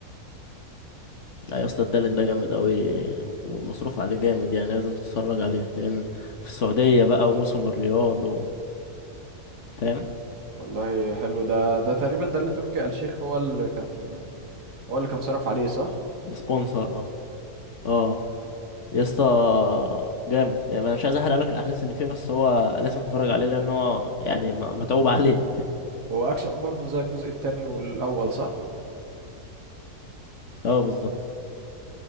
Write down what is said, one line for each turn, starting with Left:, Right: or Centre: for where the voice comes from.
Left: لا يا اسطى التالت ده جامد قوي ومصروف عليه جامد يعني لازم تتفرج عليه لان في السعوديه بقى وموسم الرياض و... فاهم
Right: والله حلو ده ده تقريبا ده اللي تركي آل الشيخ هو اللي كان هو اللي كان صرف عليه صح
Left: سبونسر اه اه يا اسطى جامد يعني انا مش عايز احرق لك الاحداث اللي فيه بس هو لازم تتفرج عليه لان هو يعني م- متعوب <laughs> عليه
Right: هو اكشن برضه زي الجزء التاني والاول صح
Left: اه بالظبط